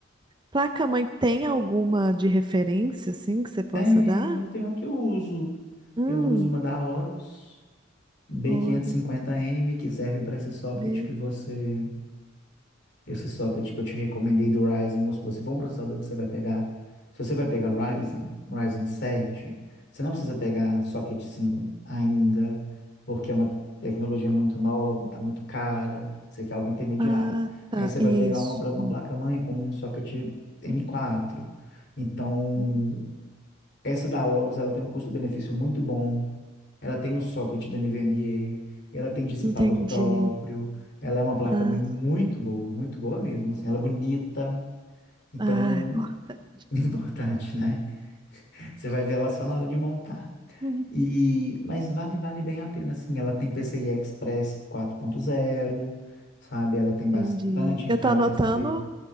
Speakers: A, on the right; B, on the left.
A: placa-mãe, tem alguma de referência, assim, que você possa
B: Tem,
A: dar?
B: eu tenho aqui, eu uso.
A: Hum,
B: Eu uso uma da Horus B550M,
A: ouro
B: que serve para esse socket
A: B.
B: que você Esse socket que eu te recomendei do Ryzen, vamos supor, se for um processador que você vai pegar, se você vai pegar Ryzen, Ryzen 7, você não precisa pegar socket 5 ainda, porque é uma tecnologia muito nova, tá muito cara, você quer algo intermediário.
A: Ah, tá.
B: Aí você vai
A: Isso.
B: pegar uma, uma
A: Hum,
B: placa-mãe com um socket M4. Então,
A: hum.
B: essa da Aorus, ela tem um custo-benefício muito bom, ela tem o socket do NVMe, ela tem dissipador
A: Entendi.
B: próprio, ela é uma placa-mãe
A: Ah,
B: muito
A: sim.
B: boa, muito boa mesmo, assim, ela é bonita, então,
A: ah, é importante.
B: <laughs> importante, né? Você vai ver ela só na hora de montar.
A: Uhum.
B: E, mas vale, vale bem a pena, assim, ela tem PCI Express 4.0, sabe? Ela tem
A: Entendi.
B: bastante
A: Eu
B: entrada
A: tô anotando
B: USB